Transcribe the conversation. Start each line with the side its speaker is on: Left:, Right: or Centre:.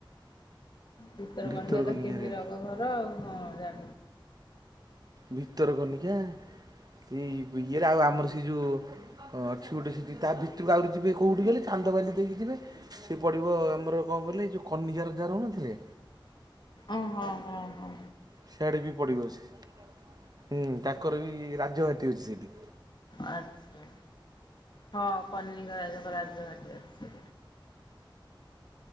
Left: ଭିତର
Right: ଭିତରକନିକାରେ
Left: କନିକା ତ କୁମୀରଙ୍କ ଘର ହଁ ଜା
Right: ଭିତର କନିକା ସେଇ ଇଏରେ ଆଉ ଆମର ସେ ଯୋଉ ହଁ ଅଛି ଗୋଟେ ସେଠି ତା ଭିତରକୁ ଆହୁରି ଯିବେ କୋଉଠି ଗଲେ ଚାନ୍ଦବାଲି ଦେଇକି ଯିବେ ସେ ପଡ଼ିବ ଆମର କଣ କହିଲେ ଯଉ କନିକା ରଜା ରହୁନଥିଲେ।
Left: ଓହୋ ହୋ ହୋ
Right: ସିଆଡେ ବି ପଡିବ ହୁଁ ତାଙ୍କର ବି ରାଜହାତୀ ଅଛି ସେଠି
Left: ଆଚ୍ଛା ହଁ କନିକ ରାଜାଙ୍କ ରାଜ ଘାଟି ଅଛି।